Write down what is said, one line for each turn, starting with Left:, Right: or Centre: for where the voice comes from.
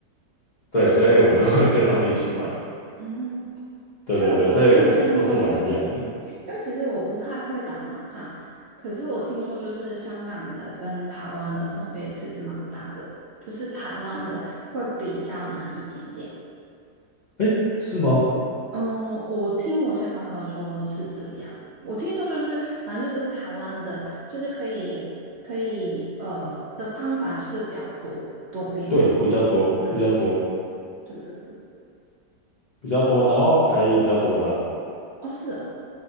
Left: 对，所以我就会跟他们一起玩。
Right: 嗯，
Left: 对对对，
Right: 因为我印象中就，
Left: 所以我都是玩一样的。
Right: 嗯，因为其实我不太会打麻将，可是我听说就是香港的跟台湾的分别其实蛮大的，就是台湾的会比较难一点点。
Left: 诶，是吗？
Right: 嗯，我听我香港朋友说是这样，我听说就是反正就是台湾的，就是可以可以呃的方法是比较多多变化。
Left: 对，比较多，
Right: 嗯，
Left: 比较多，
Right: 对对对，
Left: 比较多，然后牌也比较多张。
Right: 哦是哦，